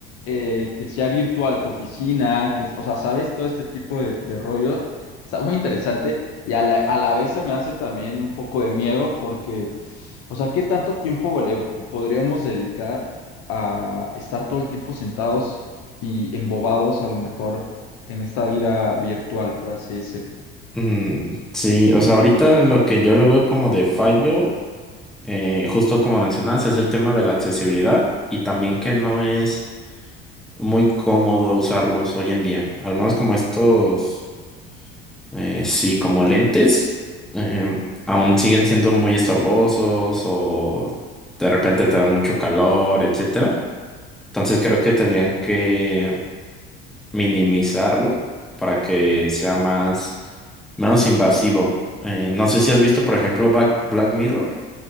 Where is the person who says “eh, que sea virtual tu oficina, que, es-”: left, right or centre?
Left